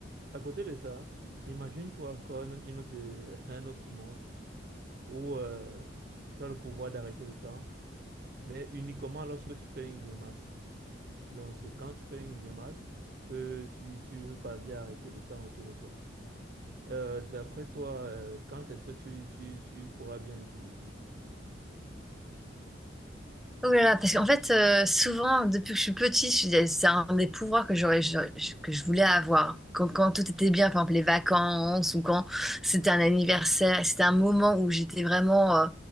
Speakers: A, on the right; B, in the centre.
A: à côté de ça, imagine-toi encore une, une autre, <laughs> un autre monde où euh, tu as le pouvoir d'arrêter le temps, mais uniquement lorsque tu fais une grimace. Donc, c'est quand tu fais une grimace que tu, tu parviens à arrêter le temps autour de toi. Euh, d'après toi, euh, quand est-ce que tu, tu, tu pourras bien l'utiliser?
B: Oh là là, parce qu'en fait, euh, souvent, depuis que je suis petite, je disais, c'est un des pouvoirs que j'aurais, je- je- que je voulais avoir. Quand, quand tout était bien, par exemple les vacances ou quand c'était un anniversaire, c'était un moment où j'étais vraiment euh,